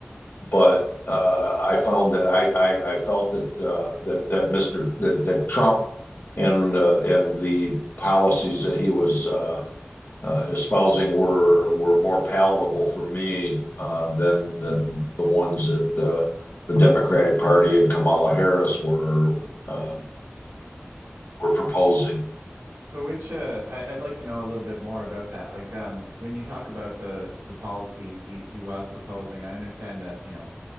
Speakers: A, on the left (about 55°); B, on the right (about 80°).
A: but uh, I found that I I, I felt that uh, that that Mr. that, that Trump and uh, and the policies that he was uh, uh, espousing were were more palatable for me uh, than
B: Hmm.
A: than the ones that uh, the Democratic Party and Kamala Harris were um, were proposing.
B: So which, uh, I, I'd like to know a little bit more about that. Like, um, when you talk about the, the policies he, he was proposing, I understand that, you know,